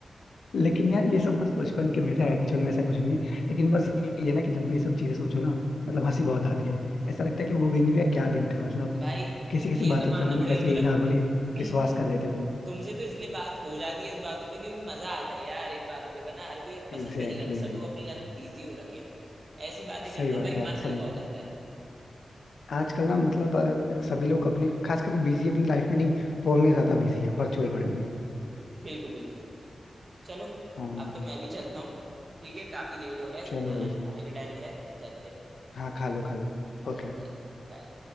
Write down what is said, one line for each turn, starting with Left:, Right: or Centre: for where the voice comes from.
Left: लेकिन यार ये सब बस बचपन के मिथ है एक्चुअल में ऐसा कुछ भी नहीं लेकिन बस ये ये ना कि जब भी ये सब चीजें सोचो ना मतलब हंसी बहुत आती है ऐसा लगता है कि वो दिन भी यार क्या दिन थे मतलब
Right: <laughs> भाई
Left: कैसी कैसी
Right: ये
Left: बातों
Right: तो मानना
Left: पे हम लोग
Right: पड़ेगा
Left: ऐसे
Right: मतलब
Left: ही नॉर्मली
Right: <clears throat>
Left: विश्वास कर लेते थे
Right: तुमसे तो इसलिए बात हो जाती है इस बातों पे क्योंकि मजा आता है यार इन बातों पे वरना हर कोई अब पसंद
Left: Exactly
Right: भी नहीं करता
Left: exactly
Right: सब लोग अपनी लाइफ में बिजी हो रखे हैं ऐसी बातें करते
Left: सही बात
Right: हैं भाई
Left: है यार
Right: मन
Left: सभी
Right: हल्का हो जाता है
Left: आजकल ना मतलब अ, सभी लोग अपनी खास करके बिजी अपनी लाइफ में नहीं फोन में ज्यादा बिजी हैं वर्चुअल वर्ल्ड में
Right: बिल्कुल बिल्कुल चलो
Left: हाँ हाँ
Right: अब तो मैं भी चलता हूँ ठीक है काफी लेट हो रहा है
Left: चलो
Right: ना
Left: भाई
Right: खाने का टाइम हो रहा है चलते
Left: हाँ खा लो खा लो
Right: चलो
Left: ओके
Right: भाई बाय